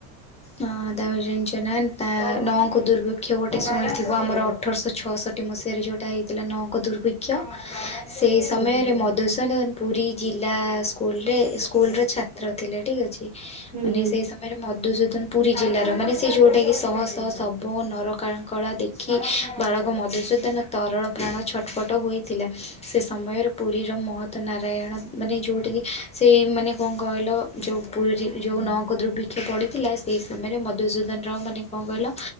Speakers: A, on the left; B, on the right.
A: ଅଁ ତାପରେ ଜାଣିଛ ନା ତା ନଅଙ୍କ ଦୁର୍ବିକ୍ଷ ଗୋଟେ ଶୁଣିଥିବ ଆମର ଅଠର୍ଶ ଛଅଷଠି ମସିହାରେ ଯୋଉଟା ହେଇ ଥିଲା ନଅଙ୍କ ଦୁର୍ଭି୍କ୍ଷ ସେହି ସମୟରେ
B: ହୁଁ
A: ମଧୁସୂଦନ ପୁରୀ ଜିଲ୍ଲା ସ୍କୁଲରେ ସ୍କୁଲର ଛା ତ୍ର ଥିଲେ ଠିକ୍ ଅଛି।
B: ହୁଁ
A: ମାନେ
B: ହୁଁ।
A: ସେଇ ସ ମାନେ ମଧୁସୂଦନ ପୁରୀ ଜିଲ୍ଲାର ମାନେ ସେ ଯୋଉଟା କି ଶହ ଶହ ସବ ନ ରକା କଳା ଦେଖି ବାଳକ ମଧୁସୂଦନ ତରଳ ପ୍ରାଣ ଛଟପଟ ହୋଇଥିଲା। ସେ ସମୟର ପୁରୀର ମହତ ନାରାୟଣ ମାନେ ଯୋଉଁଟାକି ସେ ମାନେ କଣ କହିଲ ଯେଉଁ ପୁରୀରେ ଯେଉଁ ନଅଙ୍କ ଦୁର୍ଭିକ୍ଷ ପଡ଼ିଥିଲା ସେ ସମୟରେ ମଧୁସୂଦନ ରାଓ ମାନେ କଣ କହିଲ?